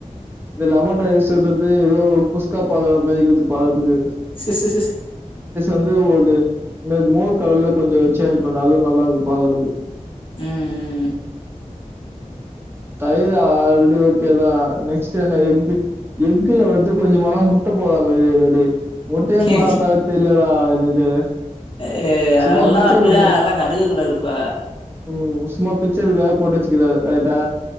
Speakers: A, on the right (about 15°); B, on the left (about 40°).
A: இந்த லெமன் ரைஸ்ன்றது ஏதோ குஸ்கா போதாமரிஇருக்குது பாக்றதுக்கு
B: சிஸ்சிஸ்சிஸ்
A: வந்து ஒரு மோர் கலர்ல கொஞ்ச சேஞ்ச் பண்ண அதுவு நல்லா இருக்கு பாக்குறதுக்கு <inaudible>
B: ம்
A: தைர் ஆல்ரெடி ஓகேதா நெக்ஸ்ட் என்ன எக்கு எக்குல வந்து கொஞ்சோ மனோ <unintelligible> முட்டையே பா
B: ம்
A: பத்து இல்லடா எனக்கு
B: ஏ
A: சும்மா
B: எல்லா
A: பிச்சர்ல
B: அப்டிதா
A: போட்டு
B: எல்லா கண்டுக்ககூடாதுப்பா
A: ம் சும்மா பிச்சதுக்காக போட்டு வச்சுக்ருக்காங் கரெக்டா